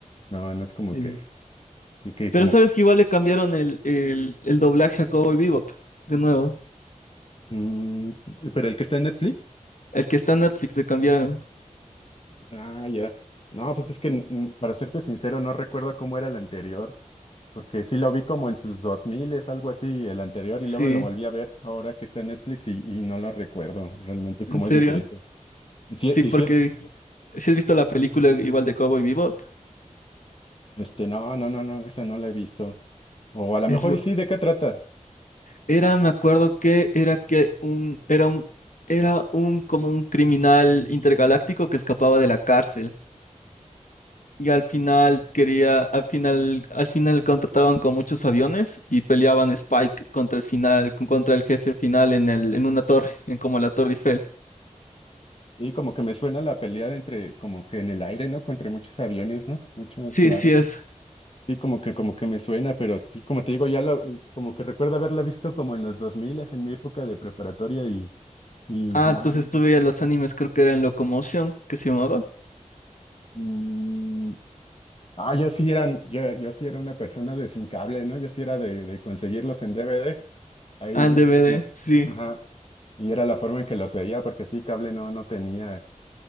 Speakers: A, on the left; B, on the left.
A: no, no es como
B: Sí.
A: que, que, que
B: Pero
A: como
B: sabes
A: que...
B: que igual le cambiaron el, el, el doblaje a Cowboy Bebop, de nuevo.
A: mm, pero el que está en Netflix,
B: El que está en Netflix le cambiaron.
A: ah, ya. No, pues es que mm, para serte sincero, no recuerdo cómo era el anterior, porque sí lo vi como en sus 2000 es algo así, el anterior,
B: Sí.
A: y luego lo volví a ver ahora que está en Netflix y, y no lo recuerdo realmente cómo
B: ¿En serio?
A: es diferente. Y sí
B: Sí,
A: y
B: porque
A: sí
B: si has visto la película igual de Cowboy Bebop,
A: Este, no, no, no, no, esa no la he visto. O a lo mejor
B: es, bu-
A: y sí, ¿de qué trata?
B: era, me acuerdo que era que un, era un, era un como un criminal intergaláctico que escapaba de la cárcel. Y al final quería, al final, al final contrataban con muchos aviones y peleaban Spike contra el final, contra el jefe final en el, en una torre, en como la Torre Eiffel.
A: Y como que me suena la pelea de entre, como que en el aire, ¿no? Contra muchos aviones, ¿no? Muchas
B: Sí,
A: naves.
B: sí es.
A: Sí, como que, como que me suena, pero sí, como te digo, ya lo, como que recuerdo haberla visto como en los 2000, en mi época de preparatoria y, y
B: Ah,
A: ya,
B: entonces tú veías los animes, creo que era en Locomotion, que se llamaba.
A: mm, ah, yo sí eran, yo, yo sí era una persona de sin cable, ¿no? Yo sí era de, de conseguirlos en DVD, ahí,
B: Ah, en
A: ya
B: DVD,
A: ves como,
B: sí.
A: ajá, y era la forma en que los veía, porque sí, cable no, no tenía,